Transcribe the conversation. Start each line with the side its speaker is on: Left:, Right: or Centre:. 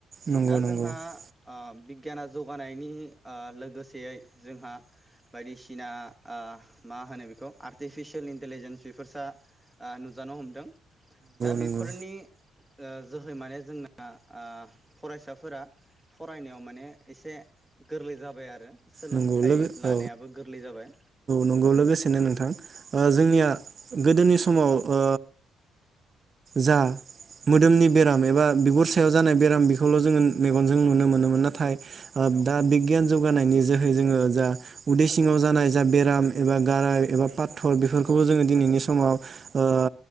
Right: नंगौ।
Centre: दा जोंहा
Right: नंगौ
Centre: ओ बि बिगियाना जौगानायनि ओ लोगोसेयै जोंहा बायदिसिना ओ मा होनो बेखौ आर्टिफिसियेल इन्टलिजेन्स बेफोरसा ओ नुजानो हमदों। दा
Right: नंगौ
Centre: बेफोरनि ओ जोहै माने जोंना आं फरायसा फोरा फरायनायाव माने एसे गोरलै जाबाय आरो। सोलोंथाइ
Right: नंगौ लोगो
Centre: लानायाबो
Right: औ
Centre: गोरलै जाबाय।
Right: नंगौ औ लोगोसेनो नोंथां ओ जोंनिया गोदोनि समाव ओ जा मोदोमनि बेराम एबा बिगुर सायाव जानाय बेराम बेखौल जोङो मेगनजों नुनो मोनोमोन नाथाय ओ
Centre: औ
Right: दा बिगियान जौगानायनि जोहै जोङो जा उदै सिङाव जानाय जा बेराम एबा गाराय एबा पाथर बेफोरखौबो जोङो दिनैनि समाव ओ